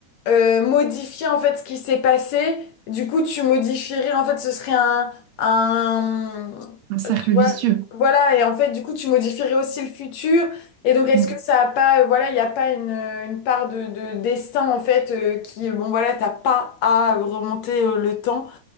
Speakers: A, on the left; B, on the right.
A: euh, modifier, en fait, ce qui s'est passé? Du coup, tu modifierais, en fait, ce serait un, un,
B: Un cercle vicieux.
A: Ouais, Voilà, et en fait, du coup, tu modifierais aussi le futur. Et donc, est-ce
B: Mm.
A: que ça a pas, euh, voilà, il n'y a pas une, euh, une part de, de destin, en fait, euh, qui, euh, bon, voilà, t'as pas à remonter euh, le temps.